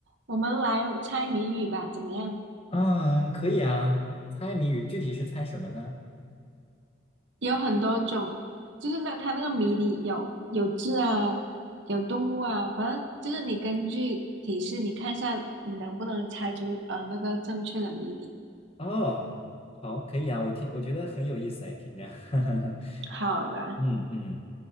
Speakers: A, on the right; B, on the left.
A: 我们来猜谜语吧，怎么样？
B: 嗯，可以啊。猜谜语具体是猜什么呢？
A: 有很多种，就是那它那个谜底有有字啊，有动物啊，反正就是你根据提示，你看一下你能不能猜出呃那个正确的谜底。
B: 哦，好，可以啊。我听，我觉得很有意思哎，听着。<laughs>
A: 好了，
B: 嗯嗯，